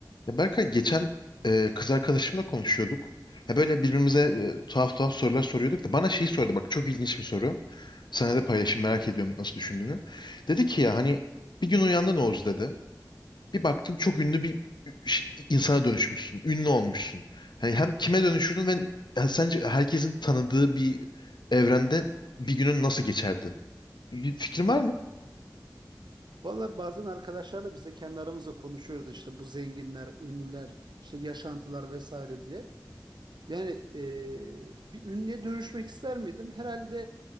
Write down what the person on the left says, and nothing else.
Ya Berkay geçen e, kız arkadaşımla konuşuyorduk. Ya böyle birbirimize e, tuhaf tuhaf sorular soruyorduk da bana şeyi sordu. Bak çok ilginç bir soru. Sana da paylaşayım merak ediyorum nasıl düşündüğünü. Dedi ki ya hani bir gün uyandın Oğuz dedi. Bir baktın çok ünlü bir ş- insana dönüşmüşsün. Ünlü olmuşsun. Hani hem kime dönüşürdün ve ha, sence herkesin tanıdığı bir evrende bir günün nasıl geçerdi? Bir fikrin var mı?